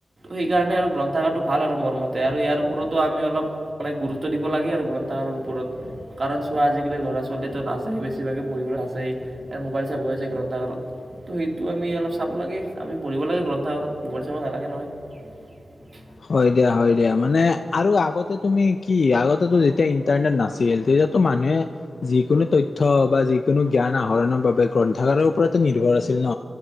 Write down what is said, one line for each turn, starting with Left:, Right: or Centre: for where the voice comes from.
Right: সেইকাৰণে আৰু গ্ৰন্থাগাৰটো ভাল আৰু মোৰ মতে আৰু ইয়াৰ ওপৰত আমি অলপ মানে গুৰুত্ব দিব লাগে আৰু গ্ৰন্থাগাৰৰ ওপৰত, কাৰণ চোৱা আজিকালি ল'ৰা ছোৱালীতো নাযায় বেছিভাগে পঢ়িবলৈ নাযায়, মোবাইল চাব যায় গ্ৰন্থাগাৰত, তো সেইটো আমি অলপ চাব লাগে আমি পঢ়িব লাগে গ্ৰন্থাগাৰত, মোবাইল চাব নালাগে নহয়।
Left: হয় দিয়া, হয় দিয়া, মানে আৰু আগতে তুমি কি আগতেটো যেতিয়া <unintelligible> নাছিল, তেতিয়াতো মানুহে যিকোনো তথ্য বা যিকোনো জ্ঞান আহৰণৰ বাবে গ্ৰন্থাগাৰৰ ওপৰতে নিৰ্ভৰ আছিল ন'।